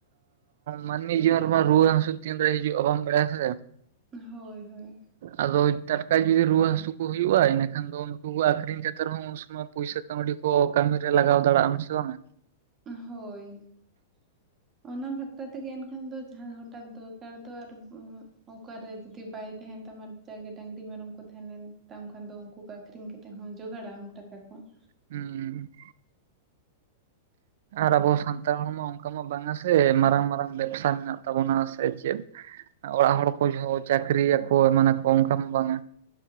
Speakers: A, on the right; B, on the right.
A: ᱢᱟᱹᱱᱢᱤ ᱡᱤᱭᱚᱱ ᱨᱮᱢᱟ ᱨᱩᱣᱟᱹ ᱦᱟᱹᱥᱩ ᱛᱤᱱ ᱨᱮ ᱦᱤᱡᱩᱜᱼᱟ ᱵᱟᱢ ᱵᱟᱲᱟᱭᱟ ᱥᱮ!
B: ᱦᱳᱭ ᱦᱳᱭ
A: ᱟᱫᱚ ᱴᱟᱴᱠᱟ ᱡᱩᱫᱤ ᱨᱩᱣᱟᱹ ᱦᱟᱹᱥᱩ ᱠᱚ ᱦᱩᱭᱩᱜᱼᱟ ᱮᱱᱟᱠᱷᱟᱱ ᱫᱚ ᱩᱱᱠᱩ ᱠᱚ ᱟᱠᱷᱨᱤᱧ ᱠᱟᱛᱮ ᱨᱮᱦᱚᱸ ᱩᱱ ᱥᱚᱢᱚᱭ ᱯᱩᱭᱥᱟ ᱠᱟᱹᱣᱰᱤ ᱠᱚ ᱠᱟᱹᱢᱤ ᱨᱮ ᱞᱟᱜᱟᱣ ᱫᱟᱲᱮᱭᱟᱜ ᱟᱢ ᱥᱮ ᱵᱟᱝᱼᱟ!
B: ᱦᱳᱭ ᱾ ᱚᱱᱟ ᱵᱷᱟᱠᱛᱟ ᱛᱮᱜᱮ ᱮᱱᱠᱷᱟᱱ ᱫᱚ ᱡᱟᱦᱟᱸ ᱦᱚᱴᱟᱛ ᱫᱚᱨᱠᱟᱨ ᱫᱚ ᱟᱨ ᱚᱠᱟᱨᱮ ᱡᱩᱫᱤ ᱵᱟᱭ ᱛᱟᱦᱮᱱ ᱛᱟᱢᱟ ᱡᱟᱜᱮ ᱰᱟᱝᱨᱤ ᱢᱮᱨᱚᱢ ᱠᱚ ᱛᱟᱦᱮᱸ ᱞᱮᱱ ᱛᱟᱢ ᱠᱷᱟᱱ ᱫᱚ ᱩᱱᱠᱩ ᱠᱚ ᱟᱹᱠᱷᱨᱤᱧ ᱠᱟᱛᱮᱫ ᱦᱚᱸ ᱡᱚᱜᱟᱲᱟᱢ ᱴᱟᱠᱟ ᱠᱚ ᱾
A: ᱦᱩᱸ ᱦᱩᱸ ᱾ ᱟᱨ ᱟᱵᱚ ᱥᱟᱱᱛᱟᱲ ᱦᱚᱲᱢᱟ ᱚᱱᱠᱟ ᱢᱟ ᱵᱟᱝᱼᱟ ᱥᱮ ᱢᱟᱨᱟᱝ ᱢᱟᱨᱟᱝ ᱵᱮᱵᱽᱥᱟ ᱢᱮᱱᱟᱜ ᱛᱟᱵᱚᱱᱟ ᱥᱮ ᱪᱮᱫ? ᱚᱲᱟᱜ ᱦᱚᱲ ᱠᱚ ᱡᱷᱚᱦᱚ ᱪᱟᱹᱠᱨᱤᱭᱟᱠᱚ ᱮᱢᱟᱱᱟᱠᱚ ᱚᱱᱠᱟᱢᱟ ᱵᱟᱝᱟ ᱾